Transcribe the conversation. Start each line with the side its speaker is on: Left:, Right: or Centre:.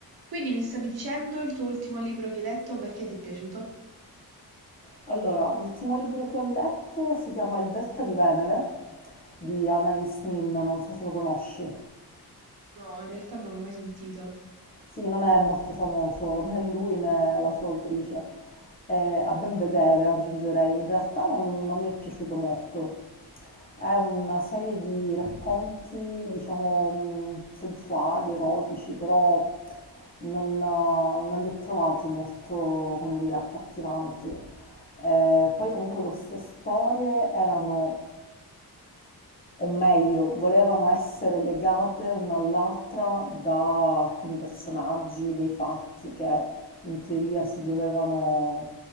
Right: Quindi mi stavi dicendo il tuo ultimo libro che hai letto perché ti è piaciuto?
Left: Allora, l'ultimo libro che ho letto si chiama Il Delta di Venere di Anais Nin, non so se lo conosci.
Right: No, in realtà non l'ho mai sentito.
Left: Sì, non è molto famoso né lui né la sua autrice. Eh, a ben vedere, aggiungerei, in realtà non, non mi è piaciuto molto. È una serie di racconti, diciamo, mh, sensuali, erotici, però non, eh, non li ho trovati molto, come dire, accattivanti. Eh, poi comunque queste storie erano o meglio, volevano essere legate una all'altra da alcuni personaggi, dei fatti che in teoria si dovevano